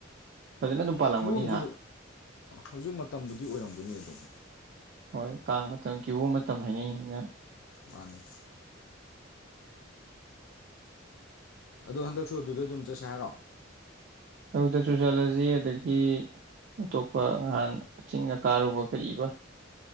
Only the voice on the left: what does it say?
ꯀꯤꯍꯣꯝꯁꯨ
ꯍꯧꯖꯤꯛ ꯃꯇꯝꯕꯨꯗꯤ ꯑꯣꯏꯔꯝꯒꯅꯤ ꯑꯗꯨꯝ
ꯃꯥꯅꯤ ꯑꯗꯣ ꯍꯟꯗꯛꯁꯨ ꯑꯗꯨꯗ ꯑꯗꯨꯝ ꯆꯠꯁꯦ ꯍꯥꯏꯔꯣ